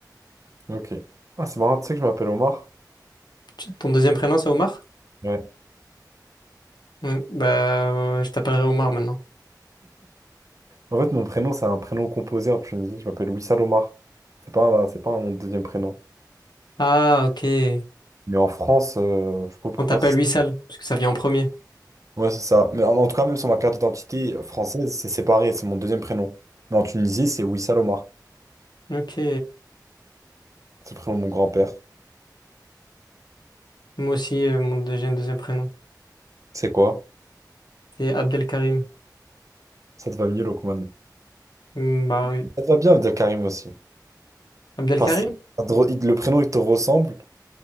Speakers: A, on the right (about 45°); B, on the left (about 75°).
A: Ça. Ok. Ah, c'est marrant, tu sais que je m'appelle Omar?
B: Tu- Ton deuxième prénom, c'est Omar?
A: Ouais.
B: Hmm, bah, euh, je t'appellerai Omar maintenant.
A: En fait, mon prénom, c'est un prénom composé en Tunisie. Je m'appelle Wissal Omar. C'est pas, c'est pas mon deuxième prénom.
B: Ah, ok.
A: Mais en France, euh, je sais pas pourquoi.
B: On t'appelle
A: c'est-
B: Wissal, parce que ça vient en premier.
A: Ouais, c'est ça. Mais en, en tout cas, même sur ma carte d'identité française, c'est séparé. C'est mon deuxième prénom. Mais en Tunisie, c'est Wissal Omar.
B: Ok.
A: C'est le prénom de mon grand-père.
B: Moi aussi, euh, mon deuxième deuxième prénom.
A: C'est quoi?
B: C'est Abdelkarim.
A: Ça te va mieux, Lokman.
B: Hmm, bah oui.
A: Ça te va bien, Abdelkarim aussi.
B: Abdelkarim?
A: Enfin, c'est- ça te re- il- le prénom, il te ressemble.